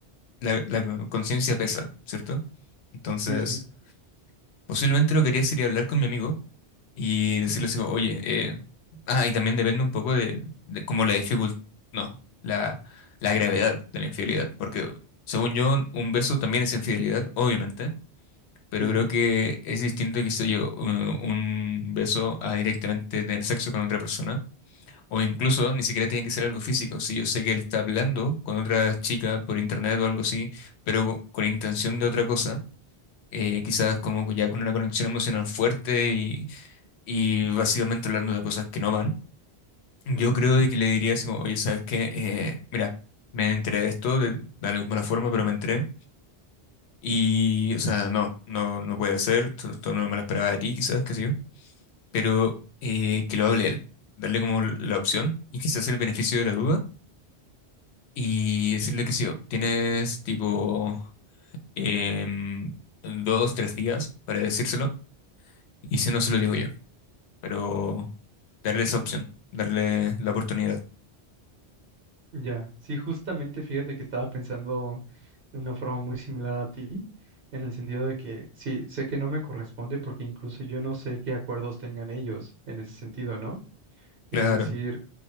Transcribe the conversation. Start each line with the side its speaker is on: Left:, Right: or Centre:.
Left: la, la conciencia pesa, ¿cierto? Entonces,
Right: Sí, sí,
Left: posiblemente lo que haría sería hablar con mi amigo y decirles, digo, oye, eh, ah, y también depende un poco de, de como la dificultad, no, la, la gravedad de la infidelidad, porque según yo, un beso también es infidelidad, obviamente, pero
Right: sí, sí.
Left: creo que es distinto que sé yo, u- un beso a directamente tener sexo con otra persona, o incluso ni siquiera tiene que ser algo físico, si yo sé que él está hablando con otra chica por internet o algo así, pero con intención de otra cosa. eh, quizás como ya con una conexión emocional fuerte y básicamente hablando de cosas que no van, yo
Right: ujú,
Left: creo de que le diría así como, oye, ¿sabes qué? Eh, mira, me enteré de esto, de, da lo mismo la forma, pero me enteré. Y, o sea, no, no, no puede ser, esto, esto no me lo esperaba de ti, quizás, qué sé yo, pero eh, que lo hable él, darle como la opción y quizás el beneficio de la duda y decirle que sí, "Oh, tienes tipo em, dos, tres días para decírselo y si no se lo digo yo, pero darle esa opción, darle la oportunidad.
Right: Ya, sí, justamente fíjate que estaba pensando de una forma muy similar a ti, en el sentido de que sí, sé que no me corresponde porque incluso yo no sé qué acuerdos tengan ellos en ese sentido, ¿no? Es
Left: Claro,
Right: decir,